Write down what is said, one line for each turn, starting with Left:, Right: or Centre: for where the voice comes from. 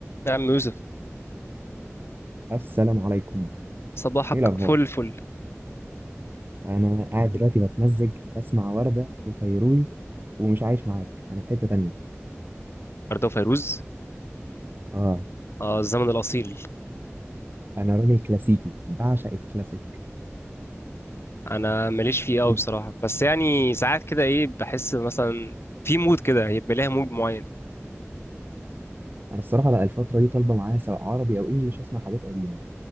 Left: نعم يوسف
Right: السلام عليكم
Left: صباحك
Right: ايه الاخبار
Left: فل فل
Right: انا قاعد دلوقتي بتمزج بسمع وردة وفيروز ومش عايش معاك انا في حتة تانية
Left: أرده فيروز
Right: اه
Left: آه الزمن الأصيل
Right: انا راجل كلاسيكي بعشق الكلاسيك
Left: أنا ماليش فيه أوي
Right: انت
Left: بصراحة بس يعني ساعات كده إيه بحس مثلا في مود كده هيبقى ليها مود معين
Right: انا الصراحة لا الفترة دي طالبة معايا سواء عربي او انجليش اسمع حاجات قديمة